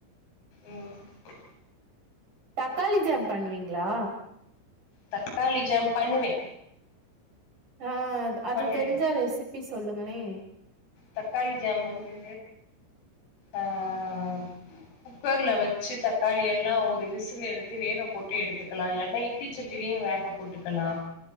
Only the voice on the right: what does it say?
தக்காளி ஜம் பண்ணுவீங்ளா
ஆ அது
தெரிஞ்சா ரெசிபி சொல்லுங்களே